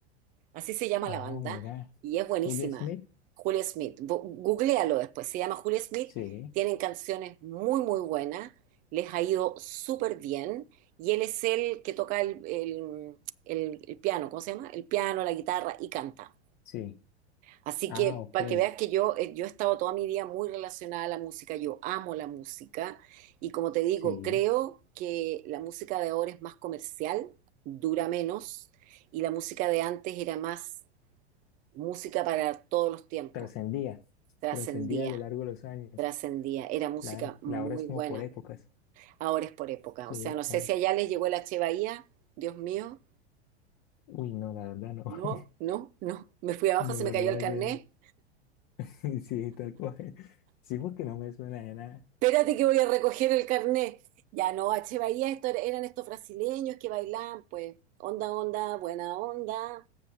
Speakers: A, on the right; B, on the left.
A: así se llama
B: Ah,
A: la banda,
B: mira,
A: y es buenísima.
B: Julia Smith.
A: Julia Smith, Bo- googlealo después, se llama Julia Smith,
B: Sí,
A: tienen canciones muy, muy buenas, les ha ido súper bien, y él es el que toca el, el- el- el piano, ¿cómo se llama? El piano, la guitarra y canta.
B: sí.
A: Así
B: Ah,
A: que
B: ok,
A: para que veas que yo, eh, yo he estado toda mi vida muy relacionada a la música, yo amo la música y como te digo,
B: sí.
A: creo que la música de ahora es más comercial, dura menos y la música de antes era más música para todos los tiempos,
B: Trascendía,
A: trascendía,
B: trascendía a lo largo de los años.
A: trascendía, era música
B: Claro,
A: muy
B: la hora es como
A: buena,
B: por épocas.
A: ahora es por época,
B: Sí,
A: o sea, no
B: claro.
A: sé si allá les llegó la Che Bahía, Dios mío,
B: Uy, no, la verdad no.
A: no,
B: <laughs>
A: no, no, me fui abajo,
B: No,
A: se me cayó
B: no
A: el
B: me
A: carnet.
B: suena. <laughs> Sí, tal cual. Sí, porque no me suena de nada.
A: Espérate que voy a recoger el carnet. Ya no, H. Bahía, esto era- eran estos brasileños que bailaban, pues, onda, onda, buena onda.